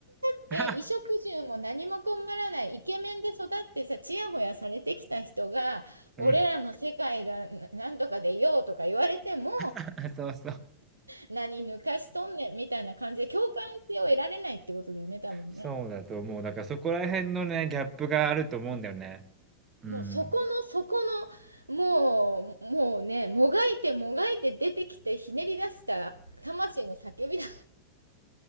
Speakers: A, on the right (about 25°); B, on the right (about 80°).
A: <laughs>
B: って、衣食住も何も困らない、イケメンで育ってさ、ちやほやされてきた人が、俺らの世界がななんとかでいようとか言われても、
A: うん。<laughs> そうそう。
B: 何抜かしとんねんみたいな感じで共感性を得られないってことだよね、多分ね。
A: そうだと思う。だからそこら辺のね、ギャップがあると思うんだよね。うん。
B: もうそこの、そこの、もう、もうね、もがいてもがいて出てきてひねり出した魂の叫びだ